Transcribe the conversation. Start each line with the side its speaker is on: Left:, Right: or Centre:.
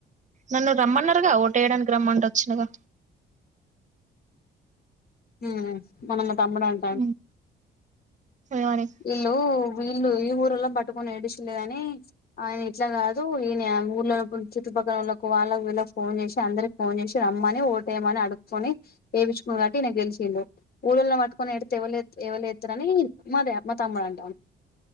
Right: నన్ను రమ్మన్నర్గా ఓటెయ్యడానికి రమ్మంటే వచ్చినగా
Left: హ్మ్ మన తమ్ముడం <inaudible>
Right: ఉమ్, ఏమని
Left: ఇల్లు వీల్ ఈ ఊర్లో పట్టుకొని ఏడుచలే అని ఆయన ఇట్లా కాదు ఈ ఊర్ళ చుట్టుపక్కలళ్కి వాళ్ళకి వీళ్ళకి ఫోన్ చేసి అందరికి ఫోన్ చేసి రమ్మని ఓటేయమని అడుక్కకొని వేయిించుకుని కాబట్టి న గెలిచిండు ఊళ్ళలోని పట్టు కొని ఎడిత్తే ఎవళ ఎవళ తరణి మా తమ్ముడ అంటా